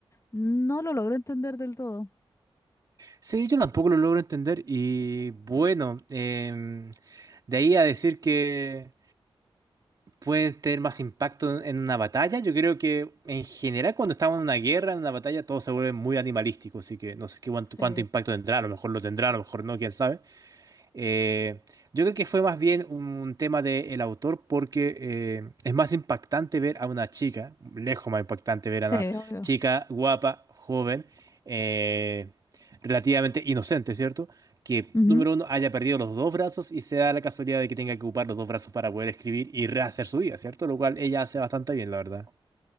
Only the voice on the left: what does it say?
No lo logro entender del todo.
Sí,
sí,
obvio.
Ujú.